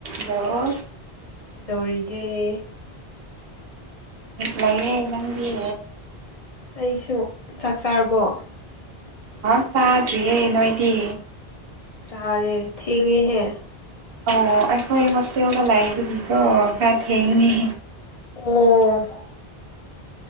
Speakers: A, on the right; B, on the left.
A: ꯍ
B: ꯀꯩꯗꯧꯔꯤꯒꯦ
A: ꯂꯑꯌꯦ ꯂꯪꯗꯤꯦ
B: ꯑꯩꯁꯨ ꯆꯥꯛ ꯆꯥꯔꯕꯣ
A: ꯍ ꯆꯥꯗ꯭ꯔꯤꯌꯦ ꯅꯣꯏꯗꯤ
B: ꯆꯥꯔꯦ ꯊꯦꯡꯉꯦꯍꯦ
A: ꯑꯣ ꯑꯩꯈꯣꯏ ꯍꯣꯁꯇꯦꯜꯗ ꯂꯩꯕꯒꯤꯀꯣ ꯈꯔ ꯊꯦꯡꯉꯦ
B: ꯑꯣ ꯑꯩꯈꯣꯏꯁꯨ